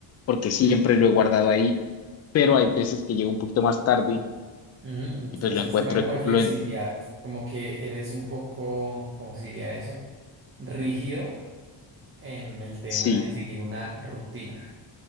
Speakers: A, on the left (about 35°); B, on the right (about 30°).
A: porque siempre
B: Sí.
A: lo he guardado ahí, pero hay veces que llego un poquito más tarde
B: Mm,
A: y pues
B: o sea,
A: lo encuentro,
B: es tema como de flexibilidad,
A: lo, en-
B: como que eres un poco, ¿cómo se diría eso? Rígido en el tema
A: sí,
B: de seguir una rutina.